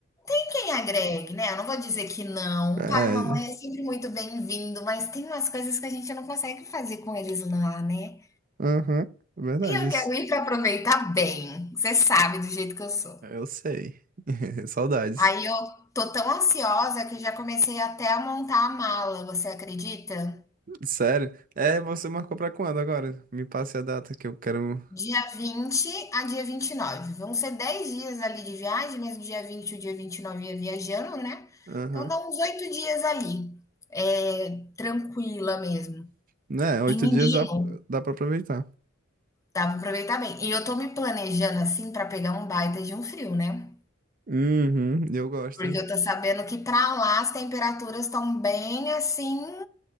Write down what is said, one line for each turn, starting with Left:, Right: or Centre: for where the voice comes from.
Left: tem quem agregue, né? Eu não vou dizer que não.
Right: É,
Left: Pai e mamãe é sempre muito bem-vindo, mas tem umas coisas que a gente não consegue fazer com eles lá, né?
Right: aham, É verdade
Left: E eu
Right: isso.
Left: quero ir para aproveitar bem. Você sabe do jeito que eu sou.
Right: Eu sei. <laughs> Saudades.
Left: Aí eu tô tão ansiosa que eu já comecei até a montar a mala, você acredita?
Right: Sério? É, você marcou pra quando agora? Me passe a data que eu quero.
Left: Dia vinte a dia vinte e nove Vão ser 10 dias ali de viagem, mas dia 20 e o dia 29 ia viajando, né?
Right: Aham.
Left: Então dá uns 8 dias ali, é, tranquila mesmo.
Right: Né, oito
Left: E menino,
Right: dias dá, dá pra aproveitar.
Left: dá pra aproveitar bem. E eu tô me planejando assim pra pegar um baita de um frio, né?
Right: Uhum, eu gosto,
Left: Porque
Right: hein?
Left: eu tô sabendo que pra lá as temperaturas estão bem assim,